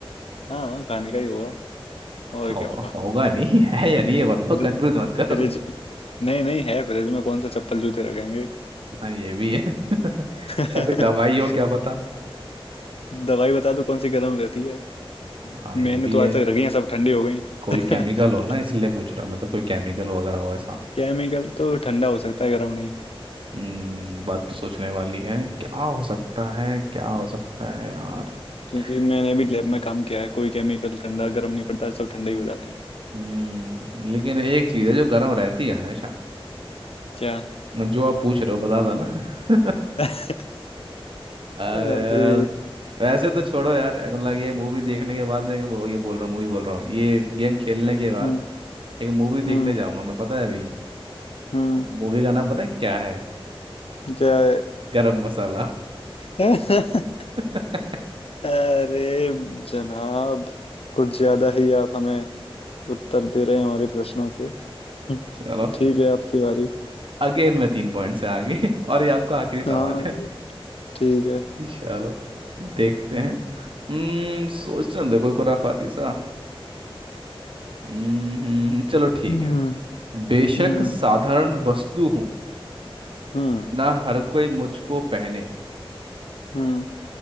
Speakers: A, on the left (about 80°); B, on the right (about 60°).
A: हाँ खाने का ही होगा और
B: खाओ
A: क्या होगा
B: होगा नहीं <laughs> है या नहीं ये बताओ
A: फ्रिज
B: कंफ्यूज मत करो
A: फ्रिज नहीं नहीं है फ्रिज में कौन सा चप्पल जूते रखेंगे
B: हाँ ये भी है <laughs>
A: <laughs>
B: या कोई दवाई हो क्या पता
A: दवाई बता दो कौन सी गर्म रहती है
B: हाँ ये
A: मैंने
B: भी
A: तो
B: है
A: आज तक रखी है सब ठंडी हो गई
B: कोई
A: <laughs>
B: केमिकल हो ना इसलिए पूछ रहा मैं तो कोई केमिकल वगैरह हो ऐसा
A: केमिकल तो ठंडा हो सकता है गर्म नहीं
B: हम्म बात तो सोचने वाली है क्या हो सकता है क्या हो सकता है यार
A: क्योंकि मैंने
B: हम्म।
A: भी लैब में काम किया है कोई केमिकल ठंडा गर्म नहीं पड़ता सब ठंडे ही हो जाते हैं
B: हम्म लेकिन एक चीज है जो गर्म रहती है हमेशा
A: क्या
B: जो आप पूछ रहे हो बता दो ना <laughs>
A: <laughs>
B: आ, यार,
A: अरे
B: वैसे तो छोड़ो यार मतलब ये मूवी देखने के बाद मैं वो ये बोल रहा हूँ मूवी बोल रहा हूँ ये गेम खेलने के बाद
A: हम्म
B: एक मूवी देखने
A: हम्म
B: जाऊंगा मैं पता है अभी
A: हम्म
B: मूवी का नाम पता है क्या है
A: क्या है
B: गरम मसाला
A: <laughs>
B: <laughs>
A: अरे जनाब कुछ ज्यादा ही आप हमें उत्तर दे रहे हैं हमारे प्रश्नों के हम्म,
B: चलो
A: ठीक है आपकी बारी
B: अगेन मैं तीन पॉइंट से आगे <laughs> और ये आपका आखिरी सवाल
A: हाँ
B: है
A: ठीक है
B: चलो देखते हैं हम्म सोचने दो कोई खुराफाती सा हम्म हम्म, चलो ठीक
A: हम्म
B: है बेशक
A: हम्म
B: साधारण वस्तु हूँ
A: हम्म
B: ना हर कोई मुझको पहने
A: हम्म